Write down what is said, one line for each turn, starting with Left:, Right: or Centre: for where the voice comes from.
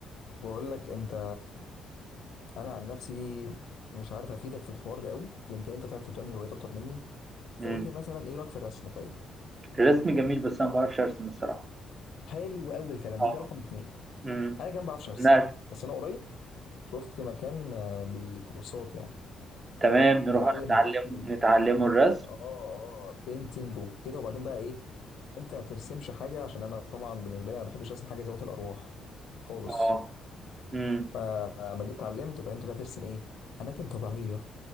Left: بقول لك انت انا عن نفسي مش عارف افيدك في الحوار ده قوي ده يمكن انت طلعت بتعمل هوايات اكتر مني فقول
Right: أمم.
Left: لي مثلا ايه رايك في الرسم طيب
Right: الرسم جميل بس انا ما بعرفش ارسم الصراحه
Left: حلو قوي الكلام
Right: اه
Left: ده ده رقم اتنين
Right: أمم.
Left: انا كمان ما بعرفش ارسم
Right: نعم
Left: بس انا قريب شفت مكان آه، بكورسات يعني
Right: تمام
Left: بيعلم
Right: نروح نتعلم
Left: الواحد البينتنج
Right: نتعلمه الرسم
Left: اه اه بينتنج وكده وبعدين بقى ايه انت ما بترسمش حاجه عشان انا طبعا بالنسبه لي انا ما بحبش ارسم حاجه ذوات الارواح خالص
Right: اه أمم.
Left: فما جيت اتعلمت اتعلمت بقى ترسم ايه اماكن طبيعيه